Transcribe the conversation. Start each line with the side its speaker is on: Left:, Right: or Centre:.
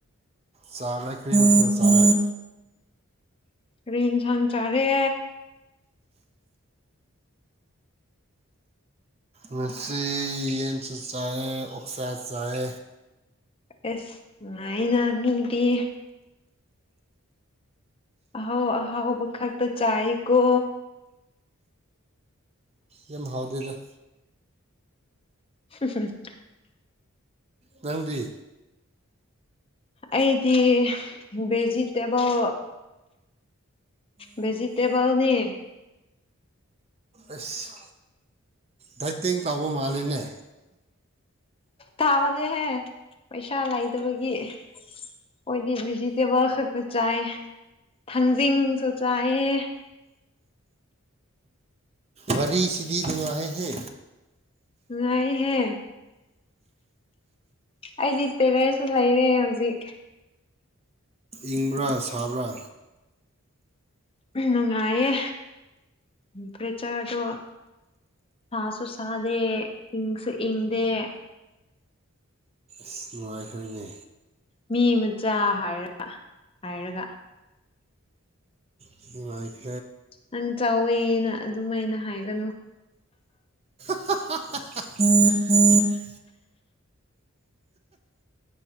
Right: ꯆꯥꯒꯔꯦ ꯀꯔꯤ ꯃꯊꯦꯜ ꯆꯥꯔꯦ
Left: ꯀꯔꯤ ꯏꯟꯁꯥꯡ ꯆꯥꯔꯦ
Right: ꯉꯁꯤ ꯌꯦꯟꯁꯨ ꯆꯥꯏ ꯑꯣꯛꯁꯥ ꯆꯥꯏ
Left: ꯑꯦꯁ ꯅꯨꯉꯥꯢꯅ ꯃꯤꯗꯤ ꯑꯍꯥꯎ ꯑꯍꯥꯎꯕ ꯈꯛꯇ ꯆꯥꯏꯀꯣ
Right: ꯌꯥꯝ ꯍꯥꯎꯗꯦꯗ
Left: <unintelligible>
Right: ꯅꯪ ꯗꯤ
Left: ꯑꯩꯗꯤ ꯚꯦꯖꯤꯇꯦꯕꯜ ꯚꯦꯖꯤꯇꯦꯕꯂꯅꯤ
Right: ꯑꯦꯁ ꯗꯥꯏꯇꯤꯡ ꯇꯥꯎꯕ ꯃꯥꯜꯂꯦꯅꯦ
Left: ꯇꯥꯎꯗꯦꯍꯦ ꯄꯩꯁꯥ ꯂꯩꯇꯕꯒꯤ ꯑꯣꯏꯗꯤ ꯚꯤꯖꯤꯇꯦꯕꯜ ꯈꯛꯇ ꯆꯥꯏ ꯊꯪꯖꯤꯡ ꯁꯨ ꯆꯥꯌꯦ
Right: ꯋꯥꯔꯤꯁꯤꯗꯤ ꯅꯨꯡꯉꯥꯢꯑꯦꯍꯦ
Left: ꯅꯨꯡꯉꯥꯏꯍꯦ ꯑꯩꯗꯤ ꯇꯦꯔꯦꯁꯇꯥ ꯂꯩꯔꯦ ꯍꯧꯖꯤꯛ
Right: ꯏꯪꯕ꯭ꯔꯥ ꯁꯕ꯭ꯔꯥ
Left: ꯅꯨꯡꯉꯥꯏꯌꯦ ꯇꯦꯝꯄꯔꯦꯆꯔꯗꯣ ꯁꯥꯁꯨ ꯁꯗꯦ ꯏꯪꯁꯨ ꯏꯪꯗꯦ
Right: ꯑꯁ ꯅꯨꯡꯉꯥꯏꯈ꯭ꯔꯅꯦ
Left: ꯃꯤ ꯃꯆꯥ ꯍꯥꯏꯔ ꯍꯥꯏꯔꯒ
Right: <unintelligible>
Left: ꯅꯪ ꯆꯥꯎꯋꯦꯅ ꯑꯗꯨꯝꯥꯏꯅ ꯍꯥꯏꯒꯅꯨ
Right: <unintelligible>